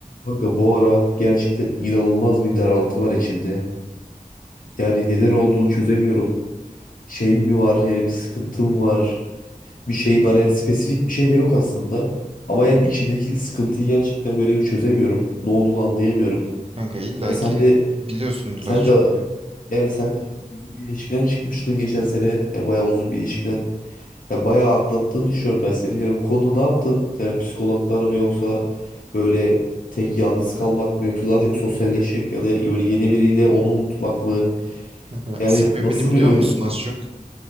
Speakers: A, on the left (about 70°); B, on the right (about 40°).
A: Kanka bu ara gerçekten inanılmaz bir daraltı var içimde. Yani neden olduğunu çözemiyorum. Şey mi var yani bir sıkıntım var. Bir şey var yani spesifik bir şey de yok aslında. Ama yani içimdeki sıkıntıyı gerçekten böyle bir çözemiyorum. Ne olduğunu anlayamıyorum.
B: Kanka illaki
A: Ya sen de
B: biliyorsundur
A: sen
B: az çok
A: de
B: ya.
A: yani sen de uzun bir ilişkiden çıkmıştın geçen sene. Ya bayağı uzun bir ilişkiden. Ya bayağı atlattığını düşünüyorum ben senin. Yani bu konuda ne yaptın? Yani psikologlar mı yoksa böyle tek yalnız kalmak mı yoksa daha çok sosyalleşmek mi ya da böyle yeni biriyle onu unutmak mı?
B: Kanka,
A: Yani
B: sebebini
A: nasıl
B: biliyor
A: bir öne...
B: musun az çok?